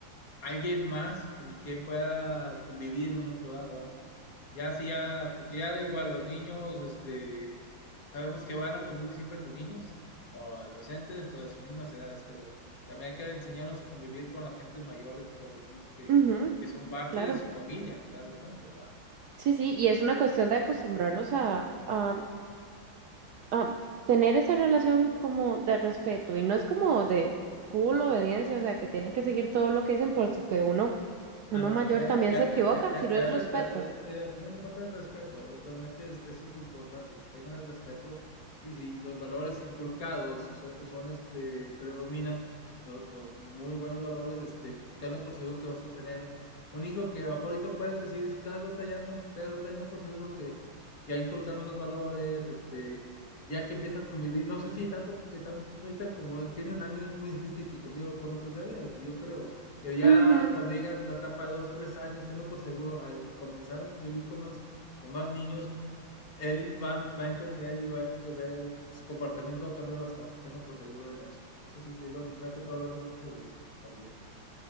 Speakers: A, on the left; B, on the right.
A: alguien más con quien pueda convivir en un momento dado. Ya sí, ya, porque ya igual los niños, este, sabemos que van a convivir siempre con niños o adolescentes que a sus mismas edades, pero también hay que enseñarlos a convivir con las gentes mayores por lo mismo que,
B: ujú,
A: que son parte
B: claro.
A: de su familia, a final de cuentas, ¿verdad?
B: Sí, sí, y es una cuestión de acostumbrarlos a, a, a tener esa relación como de respeto y no es como de full obediencia, o sea, que tienen que seguir todo lo que dicen, puesto que uno, uno
A: Ah, no,
B: mayor
A: no, eh, eh,
B: también
A: eh,
B: se equivoca
A: eh, eh,
B: si
A: eh,
B: no
A: eh,
B: es respeto.
A: respeto, es, eh, a final de cuentas es respeto, realmente es, eso es lo importante, que tengan el respeto y si los valores inculcados son, son, este, predominan, los, los muy buenos valores, este, tenlo por seguro que vas a tener un hijo que a lo mejor ahorita puedes decir, estás batallando, pero tenlo por seguro que que ya inculcando los valores, este, ya que empieza a convivir, no sé si tanto que tanto ahorita como tiene un año es muy difícil que conviva con otros bebés, yo creo, pero ya
B: Ujú.
A: cuando llega la etapa de dos, tres años, tenlo por seguro, al comenzar a vivir con más, con más niños, él va, va a entender y va a ver, su comportamiento va a cambiar bastante, tenlo por seguro en eso. Eso sí, lo- me ha tocado verlo muchas veces también.